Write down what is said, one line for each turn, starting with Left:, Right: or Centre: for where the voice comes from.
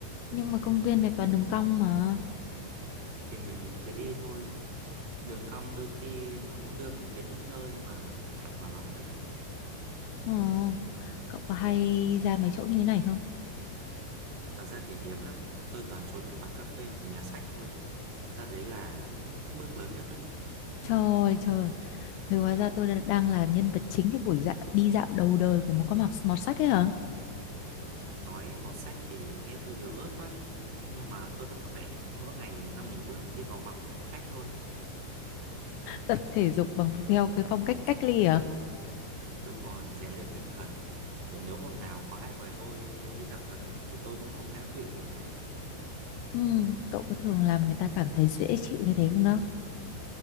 Left: Nhưng mà công viên này toàn đường cong mà.
Right: Thì mình cứ đi thôi. Đường cong đôi khi nó cũng đưa mình tới những nơi mà thẳng vào lòng nhất ấy.
Left: Ờ, cậu có hay ra mấy chỗ như thế này không?
Right: Thật ra thì hiếm lắm. Tôi toàn trốn trong quán cà phê hoặc nhà sách thôi. Ra đấy là bước lớn nhất đấy.
Left: Trời trời, thì hóa ra tôi đã- đang là nhân vật chính trong buổi dạ, đi dạo đầu đời của một con mọt, mọt sách ấy hả?
Right: Nói mọt sách thì nghe tôi yếu ớt quá. Nhưng mà tôi vẫn khỏe. Mỗi ngày 5.000 bước đi vòng vòng phòng khách thôi.
Left: Tập thể dục bằng theo cái phong cách cách ly hả?
Right: Đúng rồi, rèn luyện tinh thần. Để nếu hôm nào có ai mời tôi đi dạo thật ấy, thì tôi cũng không ngã quỵ vì ngại.
Left: Ừ, cậu có thường làm người ta cảm thấy dễ chịu như thế không đó?